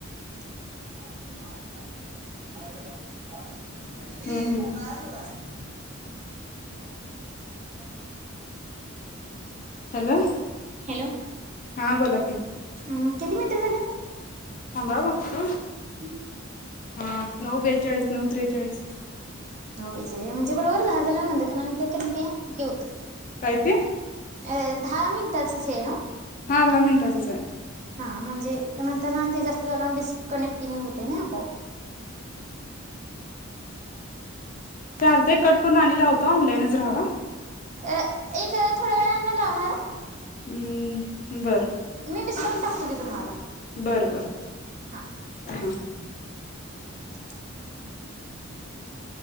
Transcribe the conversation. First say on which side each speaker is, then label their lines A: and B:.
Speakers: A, on the right; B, on the left.
A: <unintelligible> <unintelligible>
B: हम्म
A: <inaudible>
B: हॅलो
A: हॅलो
B: हा बोला की.
A: हम्म किती मिनटं झाले?
B: थांबा बगतो.
A: हं हं.
B: हा नऊ बेचाळीस, नऊ त्रेचाळीस
A: <unintelligible> म्हणजे बरोबरच आहे <unintelligible> हे होते.
B: काय ते?
A: ए दहा मिनिटाचच हे ना हो.
B: हा दहा मिनिटाचच आहे.
A: म्हणजे नंतर ना आन ते जास्त झाल्या डिस्कनेक्टिंग होतय ना आपोआप.
B: चालतय कट करून आणि लावता ऑनलाईनच रहावा.
A: अ एक थोड्या वेळानं लावणार हा.
B: हम्म. बर
A: मी मिस करून टाकतो की तुम्हाला
B: बरं बरं.
A: हा
B: हं.
A: <inaudible>